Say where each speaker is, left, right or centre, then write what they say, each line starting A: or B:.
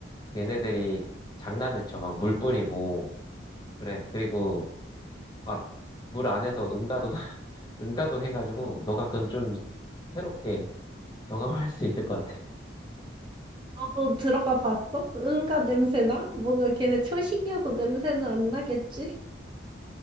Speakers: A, on the left; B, on the right.
A: 얘네들이 장난을 쳐 막 물 뿌리고 그래. 그리고 막 물 안에서 응가도 <laughs> 응가도 해가지고 너가 그건 좀 새롭게 경험할 수 있을 것 같아.
B: 너도 들어가 봤어? 응가 냄새나? 뭔가 걔네 초식이어서 냄새는 안 나겠지?